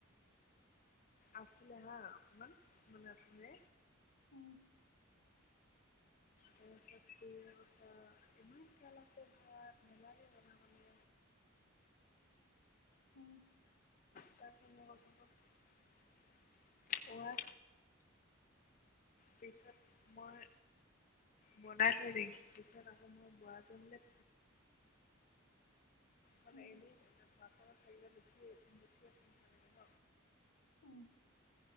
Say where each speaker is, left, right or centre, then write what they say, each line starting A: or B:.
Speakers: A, on the left; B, on the left.
A: আছিলে হা অকমান অকমান আছিলে।
B: উম।
A: তাৰ পিছত খুৰীয়ে কৈছে ইমান গ'ল আছে ভাত নেলাগে বনাবলে।
B: উম।
A: কোৱা। পিছত মই। বনাই থৈ দিং পিছত আকৌ মোৰ বোৱা টো আহিলে। মানে
B: উম
A: এনে ভাত থাকিলে বেছি বেছি লাগ ন।
B: উম